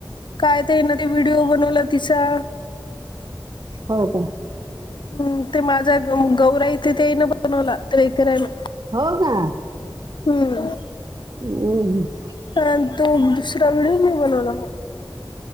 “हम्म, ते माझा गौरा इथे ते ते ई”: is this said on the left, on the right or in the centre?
Left